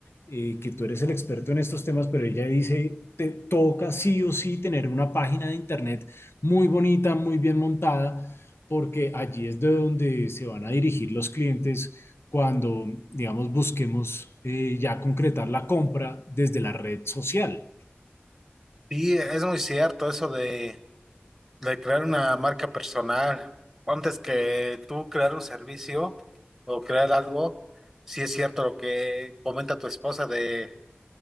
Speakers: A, on the left; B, in the centre.
A: eh, que tú eres el experto en estos temas, pero ella dice, te toca sí o sí tener una página de internet muy bonita, muy bien montada, porque allí es de donde se van a dirigir los clientes cuando, digamos, busquemos eh, ya concretar la compra desde la red social.
B: Y es muy cierto eso de de crear una marca personal, antes que tú crear un servicio o crear algo, si es cierto lo que comenta tu esposa de